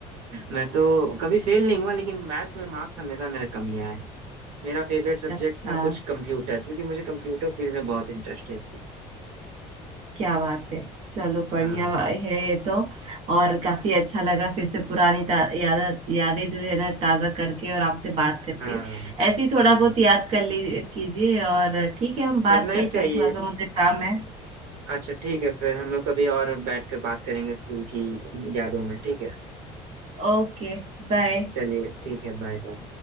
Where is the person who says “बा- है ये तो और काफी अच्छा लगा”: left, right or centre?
Right